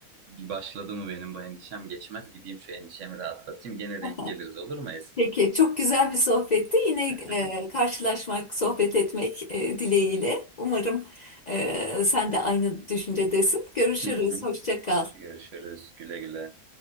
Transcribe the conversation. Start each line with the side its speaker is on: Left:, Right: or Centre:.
Right: bir başladı mı benim bu endişem geçmez. Gideyim şu endişemi rahatlatayım. Gene
Left: Aha,
Right: denk geliriz olur mu Esin?
Left: Peki, çok güzel bir sohbetti. Yine
Right: <laughs>
Left: e, karşılaşmak, sohbet etmek e, dileğiyle. Umarım e, sen de aynı düşüncedesin. Görüşürüz,
Right: Hı hı.
Left: hoşça kal.
Right: Görüşürüz. Güle güle.